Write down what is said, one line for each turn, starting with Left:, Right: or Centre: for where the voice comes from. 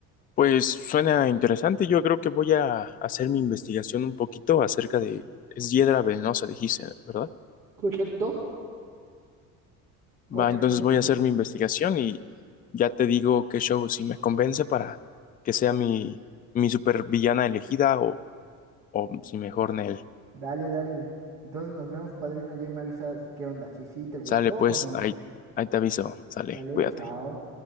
Left: Pues suena interesante, yo creo que voy a hacer mi investigación un poquito acerca de, es hiedra venenosa, dijiste, ¿verdad?
Right: Correcto. Correctísimo.
Left: Va, entonces voy a hacer mi investigación y ya te digo qué show, si me convence para que sea mi, mi supervillana elegida o, o si mejor Nell.
Right: Dale, dale. Entonces nos vemos, padrino, y ahí me avisas qué onda, si sí te gustó
Left: Sale pues,
Right: o no.
Left: ahí, ahí te aviso, sale,
Right: Dale,
Left: cuídate.
Right: chao.